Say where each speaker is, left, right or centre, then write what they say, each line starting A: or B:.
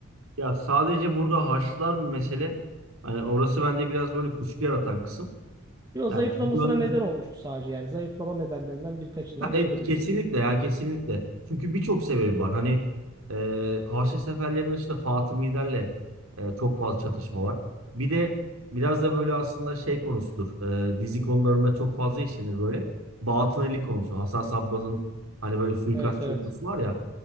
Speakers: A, on the right; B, on the right.
A: Ya sadece burada Haçlılar bir mesele. Hani orası bende biraz böyle kuşku yaratan kısım.
B: Yo,
A: Yani
B: zayıflamasına
A: çünkü hani,
B: neden olmuştu sadece yani. Zayıflama nedenlerinden birkaçından
A: ha, evet,
B: biridir.
A: kesinlikle ya kesinlikle. Çünkü birçok sebebi var. Hani e, Haçlı seferlerinin dışında Fatımilerle e, çok fazla çatışma var. Bir de biraz da böyle aslında şey konusudur. E, dizi konularında çok fazla işlenir böyle. Batınili konusu. Hasan Sabbah'ın hani böyle suikastçı
B: Evet evet.
A: ordusu var ya.